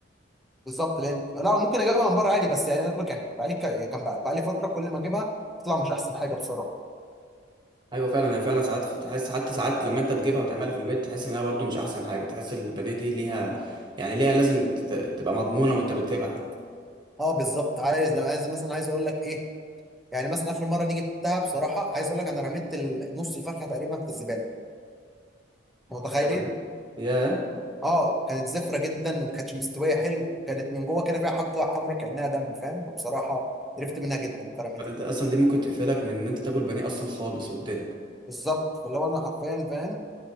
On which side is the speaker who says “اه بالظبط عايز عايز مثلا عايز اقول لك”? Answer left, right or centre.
Centre